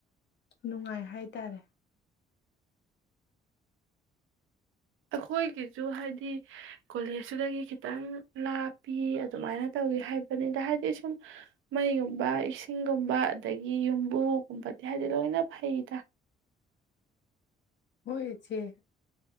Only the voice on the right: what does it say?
ꯑꯈꯣꯏꯒꯤꯁꯨ ꯍꯥꯏꯗꯤ ꯀꯣꯂꯦꯖꯇꯨꯗꯒꯤ ꯈꯤꯇꯪ ꯂꯥꯞꯄꯤ ꯑꯗꯨꯃꯥꯏꯅ ꯇꯧꯋꯤ ꯍꯥꯏꯕꯅꯤꯗ ꯍꯥꯏꯗꯤ ꯁꯨꯝ ꯃꯩꯒꯨꯝꯕ ꯏꯁꯤꯡꯒꯨꯝꯕ ꯑꯗꯒꯤ ꯌꯨꯝꯕꯨꯒꯨꯝꯕꯗꯤ ꯍꯥꯏꯕꯗꯤ ꯂꯣꯏꯅ ꯐꯩꯗ